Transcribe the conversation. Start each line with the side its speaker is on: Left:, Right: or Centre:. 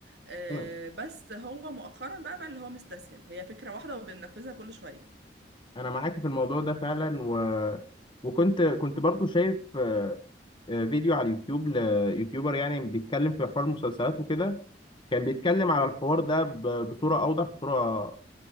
Right: آه
Left: بقى
Right: بس هو مؤخرا بقى بقى اللي هو مستسهل هي فكرة واحدة وبننفذها كل شوية
Left: انا معاك في الموضوع ده فعلا و... وكنت كنت برضو شايف آه، آه، فيديو على اليوتيوب ليوتيوبر يعني بيتكلم في حوار المسلسلات وكده كان بيتكلم على الحوار ده ب... بصوره اوضح بصوره